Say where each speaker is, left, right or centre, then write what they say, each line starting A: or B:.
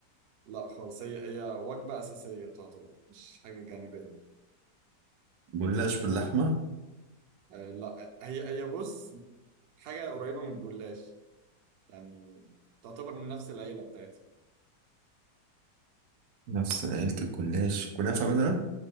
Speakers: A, on the right; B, on the right.
A: لا خالص هي هي وجبة اساسية تعتبر مش حاجة جانبية
B: جلاش باللحمة
A: آه لا هي هي بص حاجة قريبة من الجلاش يعني تعتبر من نفس العيلة بتاعتها
B: نفس عيلة الجلاش كنافة
A: ممكن
B: مثلا